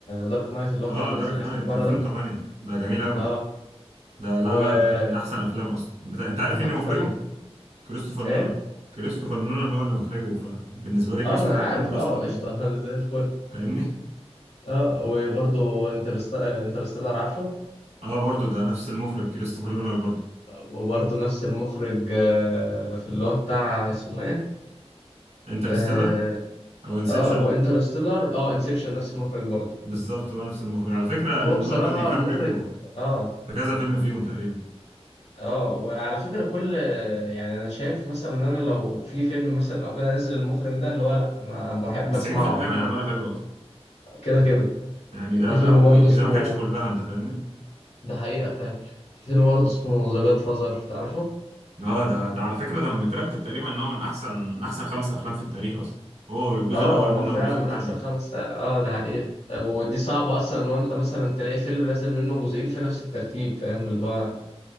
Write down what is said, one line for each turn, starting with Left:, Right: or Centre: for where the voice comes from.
Left: دارك نايت اللي هو
Right: اه
Left: كان
Right: دارك
Left: نزل
Right: نايت
Left: آخر مرة
Right: 2008
Left: ده
Right: ده جميل قوي
Left: اه
Right: ده لا
Left: و
Right: لا ده من احسن افلام اصلا بتا... انت عارف
Left: ده حرفيا
Right: مين اللي مخرجه كريستوفر
Left: ايه
Right: نولان كريستوفر نولان هو اللي مخرجه فبالنسبة لي كريستوفر
Left: اه ما انا عارف
Right: نولان
Left: اه
Right: اصلا
Left: قشطة <laughs> زي الفل
Right: فاهمني
Left: اه وبرضه انترست... انترستيلر عارفه
Right: اه برضه ده نفس المخرج كريستوفر نولان برضه
Left: وبرضه نفس المخرج آه، في اللي هو بتاع اسمه ايه
Right: انترستيلر
Left: آه،
Right: او انسبشن
Left: اه هو انترستيلر اه انسبشن نفس المخرج برضه
Right: بالظبط هو نفس المخرج على فكرة
Left: هو
Right: ليوناردو
Left: بصراحة
Right: دي كابريو
Left: المخرج اه
Right: في كذا فيلم فيهم تقريبا
Left: اه وعلى فكرة كل يعني انا شايف مثلا ان انا لو في فيلم مثلا او كده نزل المخرج ده اللي هو لا انا بحب
Right: 90%
Left: اسمعه عموما
Right: من اعماله حلوة
Left: كده كده
Right: يعني ده
Left: في فيلم
Right: او
Left: برضه
Right: اذا
Left: اسمه
Right: ما كانش كلها انت فاهمني
Left: ده حقيقة فعلا في فيلم برضه اسمه ذا جاد فازر تعرفه؟
Right: اه ده ده على فكره ده مترتب تقريبا ان هو من احسن من احسن خمس افلام في التاريخ اصلا هو الجزء
Left: اه
Right: الاول
Left: هو
Right: منه
Left: فعلا
Right: والجزء
Left: من
Right: الثاني
Left: احسن خمس ساعات. اه ده حقيقة ودي صعبة اصلا ان هو انت مثلا تلاقي فيلم نازل منه جزئين في نفس الترتيب فاهم اللي هو